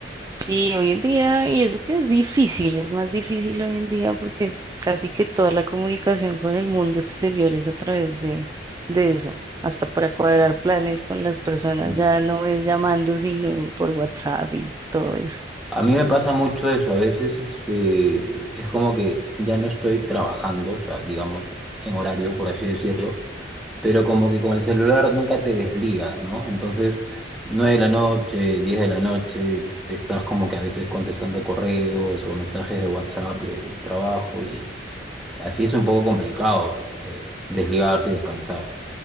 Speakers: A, on the right; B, in the centre.
A: Sí, hoy en día, y eso que es difícil, es más difícil hoy en día porque casi que toda la comunicación con el mundo exterior es a través de, de eso. Hasta para cuadrar planes con las personas,
B: Mm.
A: ya no es llamando, sino por WhatsApp y todo eso.
B: A mí me pasa mucho eso, a veces este, es como que ya no estoy trabajando, o sea, digamos, en horario, por así decirlo pero como que con el celular nunca te desligas, ¿no? Entonces, 9 de la noche, 10 de la noche, te estás como que a veces contestando correos o mensajes de WhatsApp del trabajo y así es un poco complicado eh, desligarse y descansar.